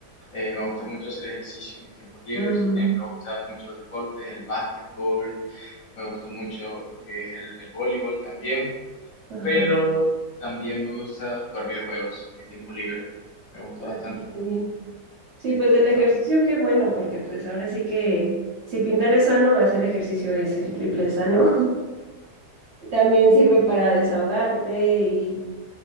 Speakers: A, on the left; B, on the right.
A: eh, me gusta mucho hacer ejercicio en mis tiempos libres,
B: Ujú.
A: eh, me gustan mucho los deportes, el básquetbol, me gusta mucho lo que es el, el voleibol también,
B: Ajá.
A: pero también me gusta jugar videojuegos en mi tiempo libre, me gusta
B: Ay,
A: bastante,
B: pues, está bien. Sí, pues del ejercicio,
A: ¿no?
B: qué bueno, porque pues ahora sí que si pintar es sano, hacer ejercicio es el triple de sano. <laughs> También sirve para desahogarte y,